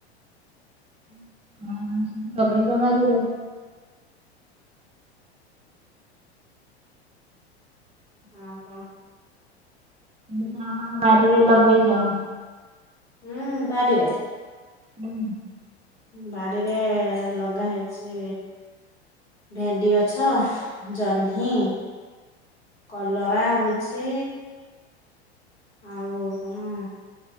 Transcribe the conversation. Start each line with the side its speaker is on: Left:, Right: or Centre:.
Left: ହୁଁ
Right: ଆଉ କଣ ସବୁ ଲଗେଇଛ ବାରିରେ?
Left: ଆଉ କଣ?
Right: କଣ କଣ ଆପଣ ବାରିରେ ଲଗେଇଛ?
Left: ହୁଁ ବାଡ଼ିିରେ।
Right: ହୁଁ।
Left: ବାଡିରେ ଲଗା ହେଇଛି ଭେଣ୍ଡି ଗଛ, ଜହ୍ନି କଲରା ହଉଛି ଆଉ କଣ